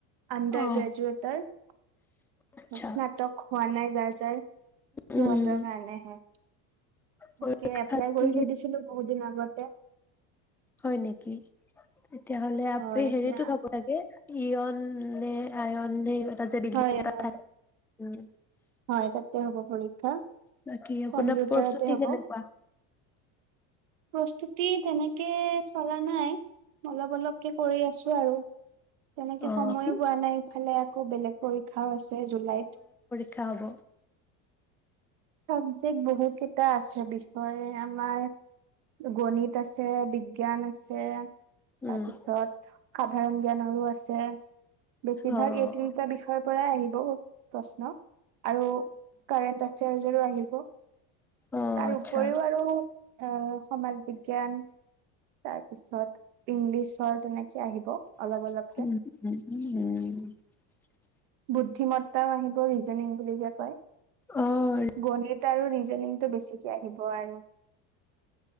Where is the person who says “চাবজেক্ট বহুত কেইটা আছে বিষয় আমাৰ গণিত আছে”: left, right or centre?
Right